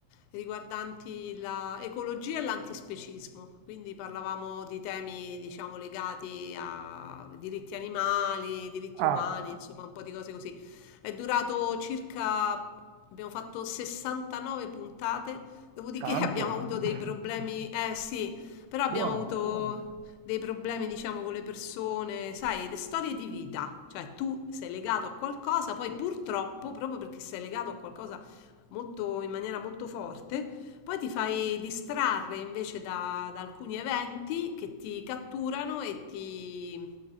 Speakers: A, on the left; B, on the right.
A: riguardanti l'ecologia e l'antispecismo, quindi parlavamo di temi, diciamo, legati a diritti animali, diritti
B: Ah.
A: umani, insomma, un po' di cose così. È durato circa, abbiamo fatto 69 puntate, dopodiché
B: Tanto,
A: abbiamo avuto dei
B: <laughs>
A: Tanto. problemi, eh sì. Però abbiamo
B: buono.
A: avuto Buono. dei problemi, diciamo, con le persone, sai, le storie di vita. Cioè, tu sei legato a qualcosa, poi purtroppo, proprio perché sei legato a qualcosa molto, in maniera molto forte, poi ti fai distrarre invece da, da alcuni eventi che ti catturano e ti